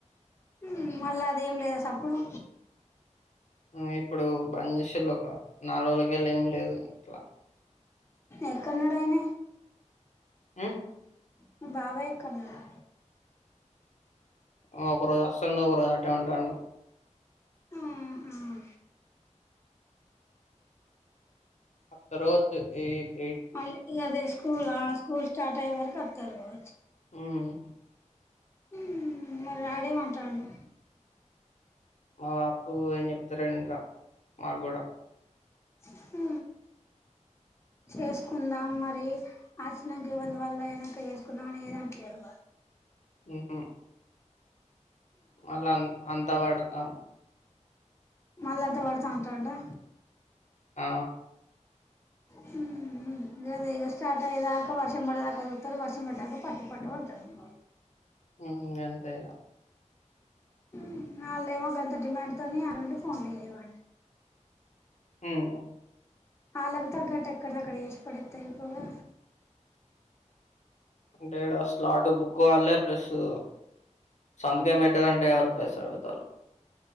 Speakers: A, on the left; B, on the left.
A: హుమ్మ్ మళ్ళా అదేం లేద సప్పుడు
B: మ్ ఇప్పుడు బన్చేసిళ్ళు ఒక నాల్రోజులకెళ్ళి ఏం లేదు <unintelligible> ట్లా.
A: ఎక్కన్నాడయన
B: అ
A: మీ బాబాయ్ ఎక్కన్నాడు
B: ఆ ఒక రోజు వస్సన్డు ఒక రోజు అట్టే ఉంటాండు
A: ఆ హ
B: ఆ తర్వాత ఏ <unintelligible>
A: మళ్లీ ఇగ అదే స్కూల్లా స్కూల్ స్టార్ట్ అయ్యే వరకు వత్తర గావ
B: హ్మ్.
A: హుమ్ మల్ల ఆడేమంటాడు
B: మా బపు ఏం చెప్తాలేడింకా మాక్గూడా
A: ఉహు చేసుకుందాం, మరి ఆచినంకా ఎవల్ది వాళ్లయినాక ఎస్కుందాం అని ఏదట్లేదు.
B: ఉహు మళ్ళ అన్ అంతా పడతాము
A: మల్ల అంతా పడత అంటండా
B: ఆ
A: హు మ్మ్ హు ఇగ ఎగస్ట్రర్ట్ అయ్యేదాకా వర్షం పడదాక <unintelligible> రూ వర్షం పడ్డాక పట్టు, పట్టు అన్టాడు. <inaudible>
B: మ్ అంతేగా
A: మ్ వాళ్ళేమో గంత డిమాండ్ తోని ఆడున్డి ఫోన్లు చేయబ.
B: హ్మ్
A: ఆళ్లకు తగ్గట్టు ఎక్కడిదక్కడ ఎష్ పడేతే అయిపోవ్గదా.
B: అంటే ఇడా స్లాట్ బుక్ కాల్లే ప్లేస్సు సంతకం పెట్టాలంటే అలు. పైసా అడుగుతాల్లు